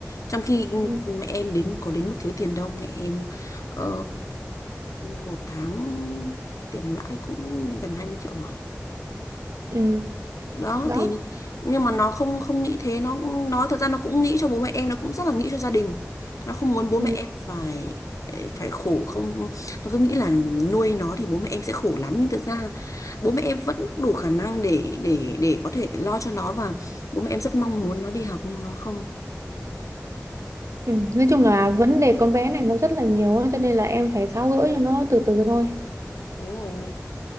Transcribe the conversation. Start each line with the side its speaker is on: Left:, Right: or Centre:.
Left: Trong khi ừ,
Right: ừ,
Left: mẹ em đến có đến mức thiếu tiền đâu, mẹ em ờ, một tháng tiền lãi cũng gần 20 triệu mà.
Right: Ừ,
Left: Đó
Right: đó.
Left: thì nhưng mà nó không không nghĩ thế, nó nó thật ra nó cũng nghĩ cho bố mẹ em, nó cũng rất là nghĩ cho gia đình. Nó không muốn bố
Right: Ừ.
Left: mẹ em phải ờ, phải khổ không nó cứ nghĩ là nuôi nó thì bố mẹ em sẽ khổ lắm nhưng thực ra bố mẹ em vẫn đủ khả năng để để để có thể lo cho nó và bố mẹ em rất mong muốn nó đi học nhưng nó không
Right: Ừ. Nói chung là vấn đề con bé này nó rất là nhiều á, cho nên là em phải tháo gỡ cho nó từ từ thôi.
Left: đúng rồi